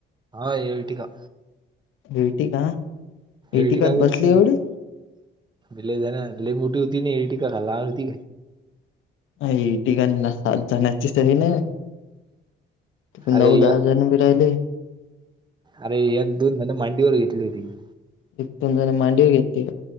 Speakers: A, on the right; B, on the left.
A: हो ईरटीका
B: ईर्टीका ईर्टिकात
A: एर्टिका गेलती
B: बसले एवढे
A: लय जण लय मोठी होती का ईर्टीका लहान होती
B: अ ईरटीका म्हणल्यावल सात जण ते सगळीजन ते पण
A: अरे
B: नऊ-दहा
A: एक
B: जण बी राहीलोय
A: अरे एक दिवस मला मांडीवर घेतली होती ती.
B: इथनं जरा मांडिवर येत